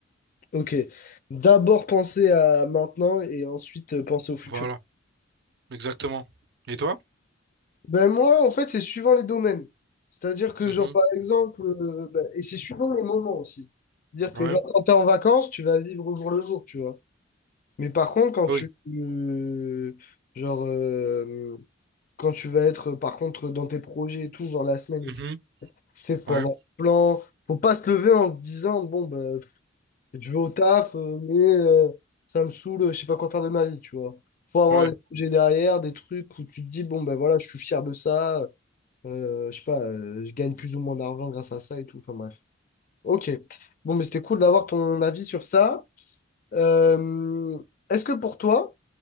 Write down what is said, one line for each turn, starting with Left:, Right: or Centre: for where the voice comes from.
Left: Ok. D'abord penser à maintenant et ensuite euh, penser au futur.
Right: Voilà, exactement. Et toi?
Left: Ben moi, en fait, c'est suivant les domaines. C'est-à-dire que,
Right: Mhm.
Left: genre, par exemple, euh, ben, et c'est suivant les moments aussi. C'est-à-dire
Right: Ouais.
Left: que, genre, quand t'es en vacances, tu vas vivre au jour le jour, tu vois. Mais par contre, quand
Right: Ah
Left: tu,
Right: oui.
Left: euh, genre, euh, quand tu vas être, par contre, dans tes projets et tout, genre la semaine et
Right: Mhm.
Left: tout, tu sais, faut
Right: Ouais.
Left: avoir un plan. Faut pas se lever en se disant, bon, ben, je vais au taf, euh, mais euh, ça me saoule, je sais pas quoi faire de ma vie, tu vois. Faut avoir
Right: Ouais.
Left: des projets derrière, des trucs où tu te dis, bon, ben voilà, je suis fier de ça. Euh, je sais pas, euh, je gagne plus ou moins d'argent grâce à ça et tout. Enfin bref. Ok. Bon, mais c'était cool d'avoir ton avis sur ça. Euh, est-ce que pour toi,